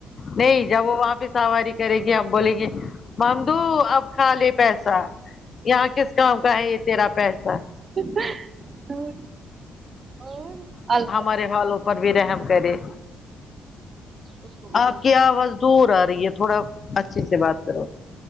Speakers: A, on the left (about 45°); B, on the right (about 40°).
A: لے جا وہ وہاں پہ سواری کرے گی اب بولے گی ممدو اب کھا لے پیسہ یہاں کس کام کا ہے یہ تیرا پیسہ
B: ارو اور اللہ
A: ہمارے حالوں پر بھی رحم کرے
B: اس کو بھی
A: آپ
B: گناہ
A: کی آواز دور آ رہی ہے تھوڑا اچھے سے بات کرو